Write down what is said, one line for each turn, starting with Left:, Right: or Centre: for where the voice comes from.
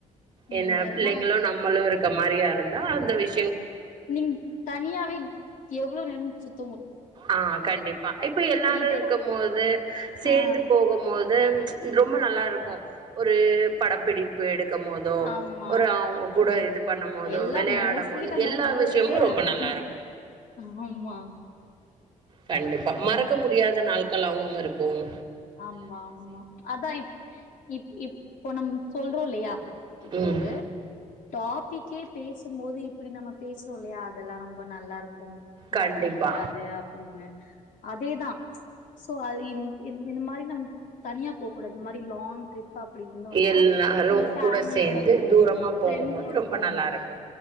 Left: ம்
Right: என்ன
Left: எல்லா
Right: பிள்ளைங்களும் நம்மளும் இருக்க மாரியா இருந்தா அந்த விஷ்.
Left: நீங்க தனியாவே எவ்வளோ. <unintelligible>
Right: ஆஹ கண்டிப்பா இப்ப எல்லாரும்
Left: இதே
Right: இருக்கும்
Left: நம்
Right: போது சேர்ந்து
Left: ஆ
Right: போகும்போது ம்ச். ரொம்ப நல்லா இருக்கும் ஒரு படப்பிடிப்பு எடு. இருக்கும் போதோ.
Left: ஆமா.
Right: ஒரு அவங்க கூட
Left: ம்
Right: இது பண்ணும் போதோ
Left: எல்லாம்
Right: விளையாடும்
Left: மோஸ்ட்லி
Right: போதே
Left: நம்ம
Right: எல்லா
Left: போறதே
Right: விஷயமும் ரொம்ப
Left: அதுக்குதான்.
Right: நல்லா இருக்கு.
Left: ஆமா.
Right: கண்டிப் பா மறக்க முடியாத நாள்களாவு இரு க்கும்
Left: ஆமா ஆமா அதா இப் இப் இப்போ நம்ம சொல்றோ இல்லையா இப்போ
Right: ம்
Left: ஒரு டாபிக் கே பேசும்போது இப்பிடி நம்ம பேசுறோ இல்லையா அதெல்லா ரொம்ப நல்லா இருக் கும்
Right: கண்டிப்பா
Left: மறக்க முடியாது அப்டின்னு அதேதா சோ அது இந் இந் இந்த மாரி நம் தனியா போக் கூடாது இந்த மாரி லாங் ட்ரிப் அப்டி இருந்தோனா
Right: எல்லாரு
Left: ஒரு ஃபேமிலியோட
Right: கூட சேந்து
Left: போகணு
Right: தூரமா
Left: ஃப்ரெண்ட்ஸோட
Right: போகும்போது ரொம்ப
Left: போகணு
Right: நல்லா இருக்கு